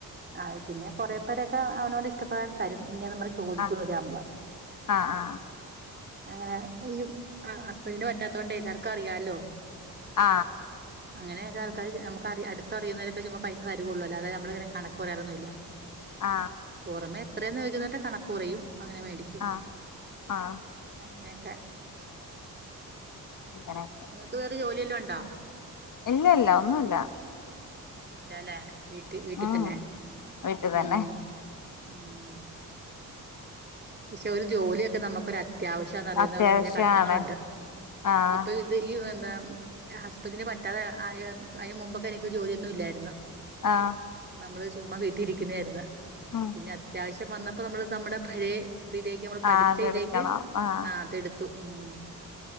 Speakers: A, on the right (about 30°); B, on the left (about 60°).
A: ആഹ് പിന്നെ കൊറെ പേരൊക്കെ അവനോന്റെ ഇഷ്ടപ്രകാരം തരും. ഇന്നെന്ന് പറഞ് ചോദിക്കൊന്നുല്ല
B: ആഹ്
A: ഞമ്മള്.
B: ആഹ്
A: അങ്ങനെ ഈ ആഹ് ഹസ്ബന്റിന് പറ്റാത്തോണ്ട് എല്ലാവർക്കും അറിയാലോ.
B: ആ
A: അങ്ങനെയൊക്കെ ആൾക്കാര് നമുക്ക് അ അടുത്തറിയുന്നവരൊക്കെ ചുമ്മ പൈസ തരുള്ളൂ അല്ലാതെ നമ്മള്ങ്ങനെ കണക്ക് പറയാറൊന്നുല്ല
B: ആ
A: പൊറമെ എത്രേന്ന് ചോദിക്കുന്നവരെട്ത്ത് കണക്ക് പറയും അങ്ങനെ മേടിക്കും
B: ആഹ് ആഹ് ആഹ്
A: അങ്ങനെ ക്കെ
B: അങ്ങനെയൊക്കെ
A: ങ്ങക്ക് വേറെ ജോലിയെല്ലുണ്ടോ
B: ഇല്ല ല്ല ഒന്നുല്ല
A: ഒന്നുല്ലല്ലേ വീട്ടി വീട്ടി
B: ഉം
A: തെന്നെ
B: വീട്ടിൽ തന്നെ
A: ഉം ഉം പക്ഷെ ഒരു ജോലിയൊക്കെ നമുക്കൊരു അത്യാവശ്യന്ന്റിയുന്നൊര്
B: അത്യാവശ്യാണ്
A: ഘട്ടങ്ങളുണ്ട്
B: ആഹ്
A: ഇപ്പൊ ഇത് ഇ വെന്താ ഉം ഹസ്ബന്റിന് പറ്റാതെ ആയ അയ്ന് മുമ്പൊക്കെ എനിക്ക് ജോലിയൊന്നും ഇല്ലാര്ന്നു
B: ആഹ്
A: നമ്മള് ചുമ്മാ വീട്ടി ഇരിക്കുന്നാര്ന്നു
B: ഉം
A: പിന്നെ അത്യാശ്യം ശ്യം വന്നപ്പോ നമ്മള് നമ്മുടെ പഴേ ഇതിലേക്ക് നമ്മള് പഠിച്ചയ്ലേക്ക്
B: ആഹ് അതെടുക്കണം ആഹ്
A: അതെട് ത്തു ഉം